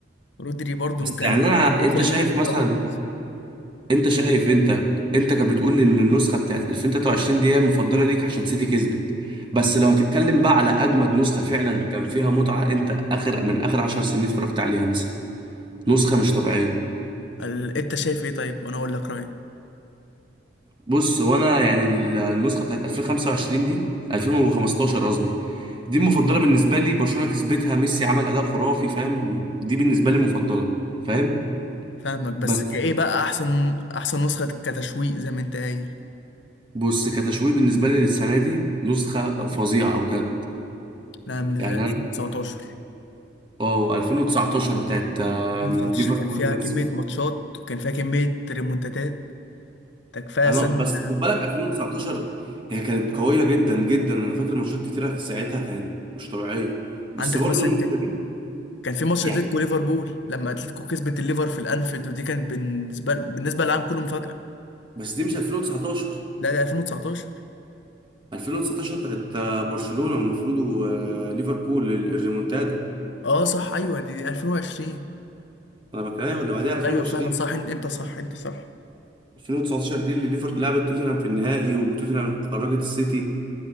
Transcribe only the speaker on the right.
بس
يعني انا
انت
شايف
مثلا
انت شايف انت انت كانت بتقول لي ان النسخه بتاعت 2023 دي هي المفضله ليك عشان سيتي كسبت
بس لو هتتكلم بقى على اجمد نسخه فعلا كان فيها متعه انت اخر من اخر 10 سنين اتفرجت عليها مثلا نسخه مش طبيعيه
بص هو انا يعني ال- النسخه بتاعت 2025 دي 2015 قصدي دي المفضله بالنسبه لي برشلونه كسبتها ميسي عمل اداء خرافي فاهم دي بالنسبه لي مفضله فاهم
بس
بص كتشويه بالنسبه لي للسنه دي نسخه فظيعه بجد
يعني
انا اه 2019 بتاعت آم،
ليفربول
وميسي
انا
بس خد بالك 2019 هي كانت قويه جدا جدا انا فاكر ماتشات كتيره ساعتها كانت مش طبيعيه بس
برضو
النسخه
دي
يعني
بس دي مش 2019
2019 بتاعت برشلونة المفروض وليفربول الريمونتادا
انا بكلمك اللي بعديها 2020
2019 دي اللي ليفربول لعبت توتنهام في النهائي وتوتنهام خرجت السيتي